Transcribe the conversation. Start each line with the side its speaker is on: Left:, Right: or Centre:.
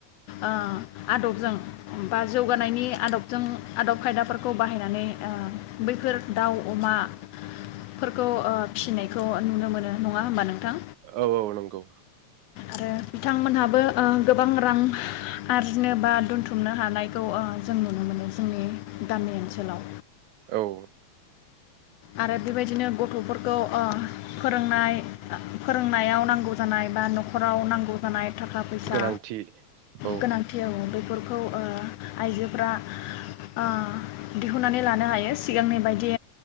Left: ओ आदबजों बा जौगानायनि आदबजों आदब खायदाफोरखौ बाहायनानै ओ बैफोर दाउ अमाफोरखौ ओ फिसिनायखौ नुनो मोनो नङा होमबा नोंथां?
Right: औ औ नंगौ
Left: आरो बिथांमोनहाबो ओ गोबां रां आरजिनो बा दोनथुमनो हानायखौ ओ जों नुनो मोनो जोंनि गामि ओनसोलाव।
Right: औ
Left: आरो बेबायदिनो गथफोरखौ ओ फोरोंनाय फोरोंनायाव नांगौ जानाय बा नखराव नांगौ जानाय थाखा फैसा
Right: गोनांथि औ
Left: गोनांथियाव बै बेफोरखौ ओ आइजोफ्रा ओ दिहुननानै लानो हायो सिगांनि बायदि